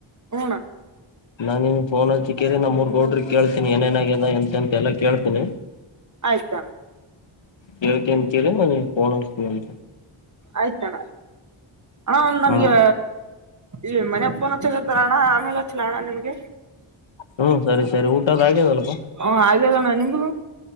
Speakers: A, on the right; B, on the left.
A: ಹಣ
B: ನಾನ್ ನಿನ್ ಪೋನ್ ಹಚ್ಚಿಕೇರಿ ನಮ್ಮ ಮೂರ್ ಗೌಡ್ರಿಗೆ ಕೇಳ್ತೀನಿ ಏನೇನಾಗದೆ ಎಂತಂತ ಎಲ್ಲ ಕೇಳ್ತೀನಿ.
A: ಆಯ್ತ್ ಅಣ್ಣ
B: ಕೇಳ್ನ್ ಕೆೇಳಿ ನಾನ್ ನಿನಗ‌ ಪೋನ್ ಹಚ್ಚತ್ತೀನಿ.
A: ಆಯ್ತಣ್ಣ ಅಣ್ಣ ಒಂದ್ ನನ್ಗೆ
B: ಹ್ಮ್
A: ಈ ಮನೆಗೆ ಪೋನ್ ಅಚ್ಚಗತಾರ ಅಣ್ಣ ಆಮೇಲೆ ಹಚ್ಚಲ ಅಣ್ಣ ನಿಮ್ಗೆ
B: ಹ್ಮ್ ಸರಿ ಸರಿ ಊಟದ ಆಗ್ಯದಲ್ಲಪ್ಪ.
A: ಹೂ ಆಗ್ಯಾದಣ್ಣ ನಿಮ್ದು.